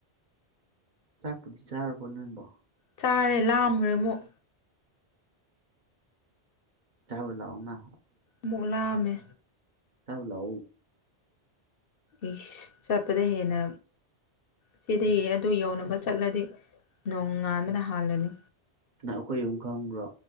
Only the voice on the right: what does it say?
ꯆꯥꯛꯄꯨꯗꯤ ꯆꯥꯔꯕꯣ ꯅꯪꯕꯣ
ꯆꯥꯎꯕ ꯂꯥꯎꯅ
ꯌꯥꯕ ꯂ
ꯅꯪ ꯑꯩꯈꯣꯏ ꯑꯃꯨꯝ ꯈꯪꯕ꯭ꯔꯣ